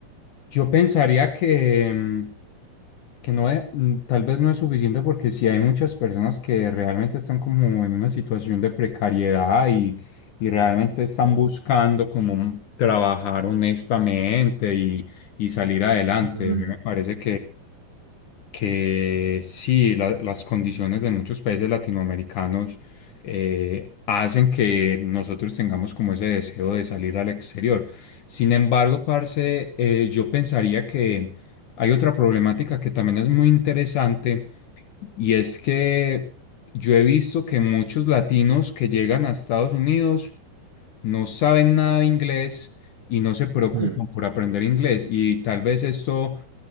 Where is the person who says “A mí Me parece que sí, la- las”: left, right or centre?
Left